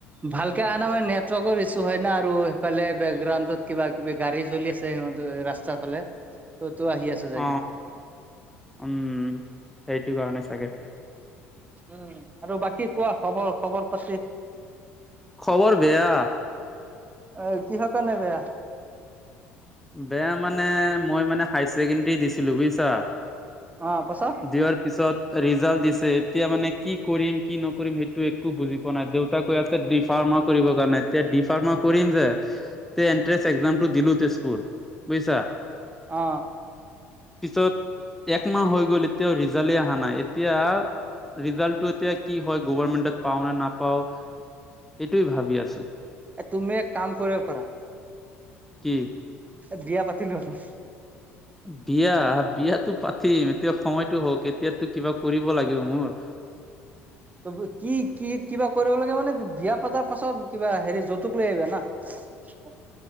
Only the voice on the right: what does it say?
ভালকে অনা মানেটৱৰ্কৰ ইছু হয় না আৰু সেইফালে বেকগ্ৰাউণ্ডত কিবা কিবি গাড়ী চলি আছে সিহঁত ৰাস্তা ফালে ত' তো আহি আছে চাগে
উম আৰু বাকী কোৱা খবৰ খবৰ পাতি
অ কিহৰ কাৰণে বেয়া
অ <unintelligible>
অ
এ তুমি এক কাম কৰিব পাৰা।
এ বিয়া পাতিলোৱা তুমি।
ত কি কি কিবা কৰিব লাগে মানে বিয়া পতাৰ পাছত কিবা হেৰি যৌতুক লৈ আহিবা না। অ।